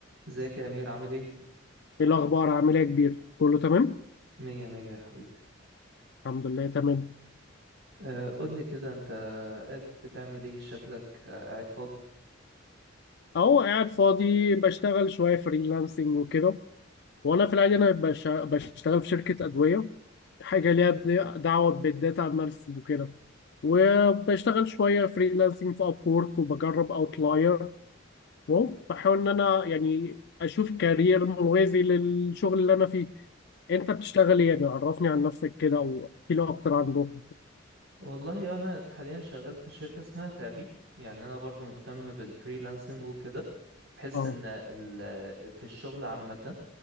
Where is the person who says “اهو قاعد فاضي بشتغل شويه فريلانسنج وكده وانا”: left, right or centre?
Left